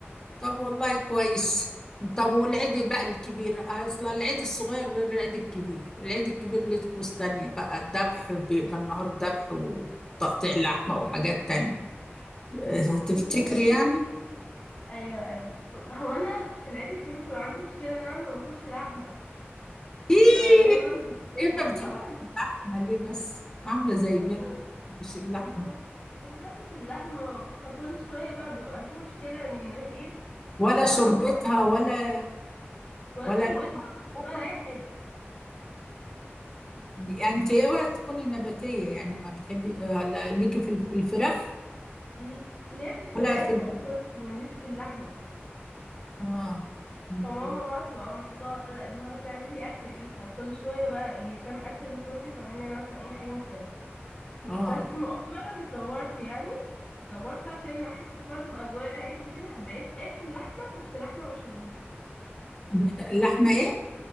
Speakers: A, on the left; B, on the left.
A: طب والله كويس طب والعيد
B: أمم،
A: بقى الكبير اصل العيد الصغير غير العيد الكبير العيد الكبير ليه طقوس تانية بقى الذبح بيبقى النهار ذبح وتقطيع لحمة وحاجات تانية آه، تفتكري
B: بصي
A: يعني
B: أيوة أيوة هو أنا في العيد الكبير بيبقى عندي مشكلة إن أنا ما باكلش لحمة
A: ايه
B: فدايما
A: ايه
B: والله
A: ما بتحبش اللحمة ليه بس عاملة زي
B: والله
A: بنت مش اللحمة
B: ما ما بحبش اللحمة فكل شوية بقى بيبقى في مشكلة إن إيه
A: ولا
B: خلاص
A: شربتها
B: بقى.
A: ولا
B: ولا
A: ولا
B: شربتها
A: لحمة مفرومة.
B: ولا أي حاجة
A: يعني انت اوعي تكوني نباتية يعني ما بتحبي آه، لا ليكي في الف- الفراخ
B: ل- ليه في الفراخ
A: ولا في الف...
B: اه بس ماليش في اللحمة
A: اه م-
B: فماما بقى تبقى محتارة اللي هو تعمل لي أكل إيه فكل شوية بقى هي بتعمل أكل لإخواتي وتعمل لي أنا مثلا أي حاجة مختلفة
A: اه
B: بس مؤخرا اتطورت يعني اتطورت عشان أحس برضو بأجواء العيد وكده بقيت آكل لحمة بس لحمة مشوية
A: م- لحمة ايه